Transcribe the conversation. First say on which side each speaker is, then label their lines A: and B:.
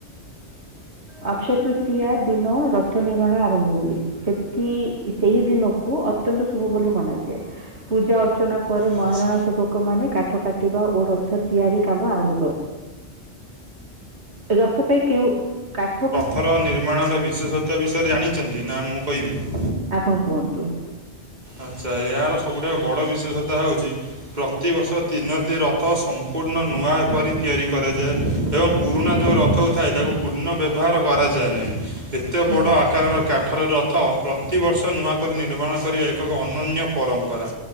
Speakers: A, on the right; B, on the right.
A: ଅକ୍ଷୟ ତୃତୀୟା ଦିନ ରଥ ନିର୍ମାଣ ଆରମ୍ଭ ହୁଏ ସେଠ ସେହି ଦିନକୁ ଅତ୍ୟନ୍ତ ଶୁଭ ବୋଲି ମନାଯାଏ। ପୂଜା ଅର୍ଚ୍ଚନା ପରେ
B: ଆଚ୍ଛା
A: ମହାରଣା ସେବକମାନେ କାଠ କାଟିବା ଓ ରଥ ତିଆରି କାମ ଆରମ୍ଭ କର ରଥ ପାଇଁ କେଉଁ କାଠ
B: ପଥର ନିର୍ମାଣର ବିଶେଷତା ବିଷୟରେ ଜାଣିଛନ୍ତି ନା ମୁଁ କହିବି?
A: ଆପଣ କୁହନ୍ତୁ।
B: ଆଚ୍ଛା ଏହାର ସବୁଠାରୁ ବଡ଼ ବିଶେଷତା ହେଉଛି ପ୍ରତିବର୍ଷ ତିନୋଟି ରଥ ସମ୍ପୂର୍ଣ୍ଣ ନୂଆ କରି ତିଆରି କରାଯାଏ। ଏବଂ ପୁରୁଣା ଯେଉଁ ରଥକୁ ଥାଏ ତାକୁ ପୁନଃ ବ୍ୟବହାର କରାଯାଏ ନାହିଁ। ଏତେ
A: ହୁଁ
B: ବଡ଼
A: ହୁଁ
B: ଆକାରର କାଠରରୁ ରଥ ପ୍ରତିବର୍ଷ ନୂଆ କରି ନିର୍ମାଣ କରି ଏକ ଅନନ୍ୟ ପରମ୍ପରା